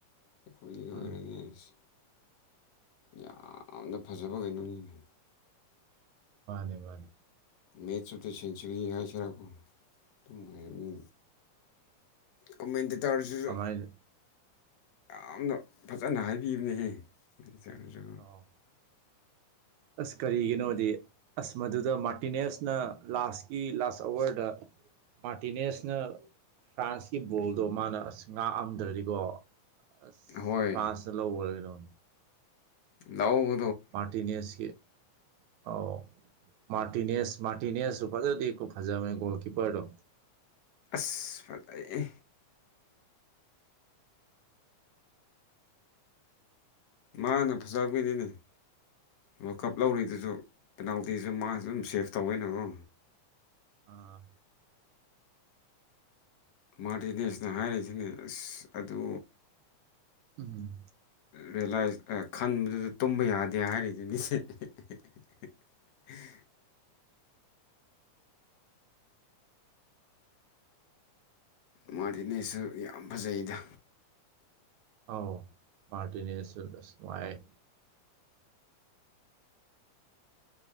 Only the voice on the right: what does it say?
ꯎꯝ
ꯃꯥꯅꯦ ꯃꯥꯅꯦ
ꯎꯝ
ꯑꯃꯥꯏꯅ
ꯑꯧ ꯑꯁ ꯀꯔꯤꯒꯤꯅꯣꯗꯤ ꯑꯁ ꯃꯗꯨꯗ ꯃꯥꯔꯇꯤꯅꯦꯁꯅ ꯂꯥꯁꯀꯤ ꯂꯥꯁ ꯑꯋꯔꯗ ꯃꯥꯔꯇꯤꯅꯦꯁꯅ ꯐ꯭ꯔꯥꯟꯁꯀꯤ ꯕꯣꯜꯗꯣ ꯃꯥꯅ ꯑꯁ ꯉꯥꯛꯑꯝꯗ꯭ꯔꯗꯤꯀꯣ ꯑꯁ
ꯐ꯭ꯔꯥꯟꯁꯅ ꯂꯧꯈ꯭ꯔꯦ ꯗꯨꯝ
ꯃꯥꯔꯇꯤꯅꯦꯁꯀꯤ ꯑꯧ ꯃꯥꯔꯇꯤꯅꯦꯁ ꯃꯥꯔꯇꯤꯅꯦꯁꯁꯨ ꯐꯖꯅꯗꯤ ꯗꯨꯝ ꯐꯖꯕꯅꯦ ꯒꯣꯜ ꯀꯤꯄ꯭ꯔꯗꯣ
ꯎꯝ
ꯑꯥ
ꯎꯝ
ꯑꯥꯎ ꯃꯥꯔꯇꯤꯅꯦꯁꯨ ꯑꯁ ꯅꯨꯡꯉꯥꯏꯌꯦ